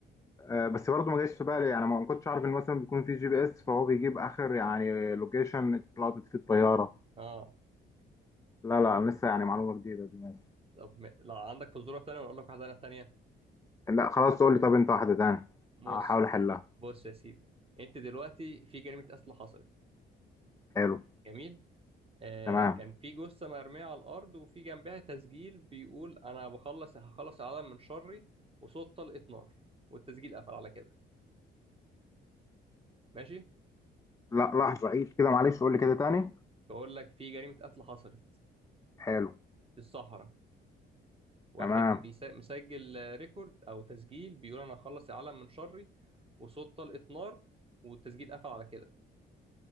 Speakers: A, on the left; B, on the right.
A: آه بس برضه ما جاتش في بالي يعني ما كنتش عارف ان مثلا بيكون في جي بي اس فهو بيجيب اخر يعني لوكيشن اتلقطت فيه الطياره
B: اه
A: لا لا لسه يعني معلومه جديده دي ماشي
B: طب ما- لو عندك فزوره تانية ولا اقول لك واحده انا تانية
A: لا خلاص تقول لي طب انت واحده تاني
B: بص
A: احاول احلها
B: بص يا سيدي انت دلوقتي في جريمه قتل حصلت
A: حلو
B: جميل آه،
A: تمام
B: كان في جثة مرمية على الأرض وفي جنبها تسجيل بيقول أنا بخلص هخلص العالم من شري وصوت طلقة نار والتسجيل قفل على كده ماشي
A: لا لحظه عيد كده معلش قول لي كده تاني
B: بقول لك في جريمة قتل حصلت
A: حلو
B: في الصحراء واحد
A: تمام
B: بيسا- مسجل آه، ريكورد أو تسجيل بيقول أنا هخلص العالم من شري وصوت طلقة نار والتسجيل قفل على كده